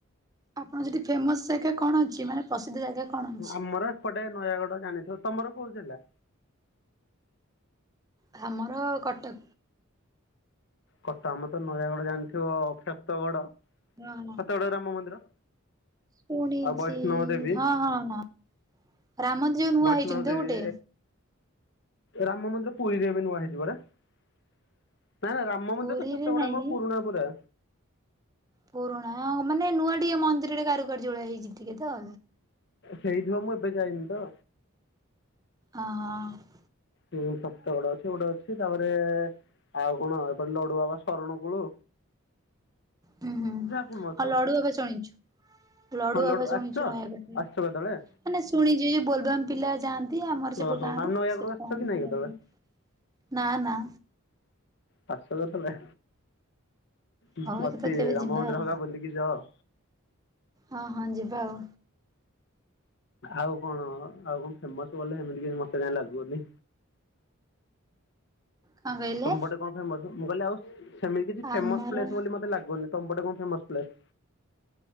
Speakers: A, on the right; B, on the left.
A: ଆପଣ ସେଠି ଫେମସ୍ ଜାଗା କଣ ଅଛି ମାନେ? ପ୍ରସିଦ୍ଧ ଜାଗା କଣ ଅଛି?
B: ଆମର ଏପଟେ ନୟାଗଡ଼ ଜାଣିଥିବ ତମର କୋଉ ଜିଲ୍ଲା?
A: ଖାମର କଟକ।
B: କଟ ଆମର ତ ନୟାଗଡ଼ ଜାଣିଥିବ କ୍ଷେତଗଡ଼?
A: ହଁ।
B: କ୍ଷେତଗଡ଼ ରେ ରାମ ମନ୍ଦିର।
A: ଶୁଣିଛି
B: ଆଉ ବୈଷ୍ଣବ ଦେବୀ
A: ହଁ, ହଁ, ହଁ ରାମ ମନ୍ଦିର ଯୋଉ ନୂଆ
B: ବୈଷ୍ଣବ
A: ହେଇଛନ୍ତି
B: ଦେବୀ
A: ତ ଗୋଟେ
B: ରାମ ମନ୍ଦିର ପୁରୀରେ ଏବେ ନୂଆ ହେଇଚି ପରା ନା ନା ରା ରାମ ମନ୍ଦିର
A: ପୁରୀରେ
B: ତ କ୍ଷେତଗଡ଼
A: ନାଇଁ
B: ଆମ ପୁରୁଣା ପୁରା
A: ପୁରୁଣା ମାନେ ନୂଆ ଟିକେ ମନ୍ଦିରରେ କାରୁକାର୍ଯ୍ୟ ଭଳିଆ ହେଇଛି ଟିକେ ତ?
B: ହେଇଥିବ ମୁଁ ଏବେ ଯାଇନି ତ
A: ଆ ହ।
B: ହୁଁ ଫତଗଡ଼ ଅଛି ଗୋଟେ ଅଛି ଗୋଟେ ଅଛି ତାପରେ ଆଉ କଣ ଏପଟେ ଲଡ଼ୁ ବାବା ଶରଣକୂଳୁ
A: ହୁଁ ହୁଁ
B: ଫେମସ
A: ଆଉ ଲଡ଼ୁ ବାବା ଯୁଣିଛୁ। ଲଡ଼ୁ
B: ହଁ
A: ବାବା
B: ଲଡୁ
A: ଶୁଣିଛୁ
B: ଆସିଛ
A: ନୟାଗଡ଼ରେ
B: ଆସିଛ
A: ମାନେ
B: କେତେବେଳେ?
A: ଶୁଣିଛି ଯୋଉ ବୋଲବାମ୍ ପିଲା ଯାଆ ନ୍ତି ଆମର
B: ଓହୋ
A: ସେପଟୁ ଗାଁରୁ
B: ଆଉ ନୟାଗଡ଼
A: ସେ ତ
B: ଆସିଛ
A: <unintelligible>
B: କି ନାଇଁ କେତେବେଳେ
A: ନା ନା।
B: ପାଶଲ ତମେ ମୁଁ
A: ହଉ ଏକ
B: ଅଛି
A: ତ କେବେ
B: ରାମ
A: ଯିବା
B: ମନ୍ଦିର
A: ଆଉ
B: ହରିକା ବୁଲିକି ଯାଅ।
A: ହଁ ହଁ ଯିବା ଆଉ।
B: ଆଉ କଣ ଆଉ କଣ ଫେମସ୍ ବୋଲେ ହେମିତି କିଛି ମତେ କାଇଁ ଲାଗୁନି
A: କଣ କହିଲେ?
B: ତମପଟେ କଣ ଫେମସ୍ ମୁଁ କହିଲି ଆଉ ସେମିତି କିଛି
A: ଆମର
B: ଫେମସ ପ୍ଲେସ୍ ବୋଲି ମତେ ଲାଗୁନି। ତମପଟେ କଣ ଫେମସ୍ ପ୍ଲେସ୍?